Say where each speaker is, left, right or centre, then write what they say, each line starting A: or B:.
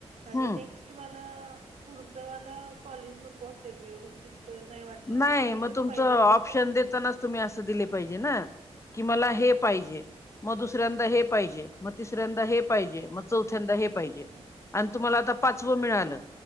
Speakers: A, on the right; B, on the left.
A: आणि
B: हम्म
A: नेक्स्ट मला पुढच वाल कॉलेज नको असेल व्यवस्थित तर नाही वाटलं आणि
B: नाही
A: आधीचच
B: मग तुमचं
A: पाहिजे असेल
B: ऑप्शन
A: तर
B: देतानाच तुम्ही अस दिले पाहिजे ना की मला हे पाहिजे मग दुसऱ्यांदा हे पाहिजे, मग तिसऱ्यांदा हे पाहिजे, मग चौथ्यांदा हे पाहिजे
A: हा
B: आणि तुम्हाला आता पाचवं
A: हा
B: मिळालं